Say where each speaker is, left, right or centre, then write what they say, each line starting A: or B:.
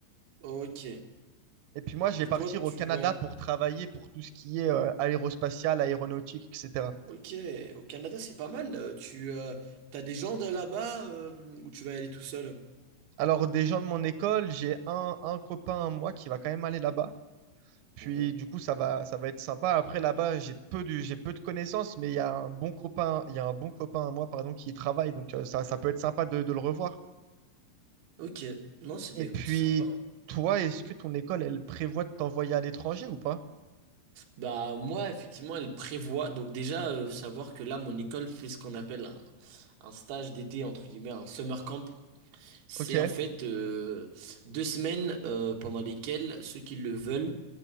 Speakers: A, on the right; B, on the right.
A: Ok.
B: Et puis moi, je
A: Et
B: vais partir
A: toi, tu...
B: au Canada
A: Ouais.
B: pour travailler pour tout ce qui est euh, aérospatial, aéronautique, etc.
A: Ok. Au Canada, c'est pas mal. euh, Tu as des gens de là-bas euh, ou tu vas y aller tout seul?
B: Alors, des gens de mon école, j'ai un, un copain à moi qui va quand même aller là-bas. Puis
A: Mhm.
B: du coup, ça va, ça va être sympa. Après, là-bas, j'ai peu de, j'ai peu de connaissances, mais il y a un bon copain, il y a un bon copain à moi, pardon, qui y travaille. Donc euh, ça, ça peut être sympa de, de le revoir.
A: Ok, non, c'est bah
B: Et
A: écoute,
B: puis,
A: c'est sympa. hein.
B: toi, est-ce que ton école, elle prévoit de t'envoyer à l'étranger ou pas?
A: Bah moi, effectivement, elle prévoit. Donc déjà, euh, savoir que là, mon école fait ce qu'on appelle un, un stage d'été, entre guillemets, un summer camp. C'est
B: Ok.
A: en fait euh, deux semaines euh, pendant lesquelles ceux qui le veulent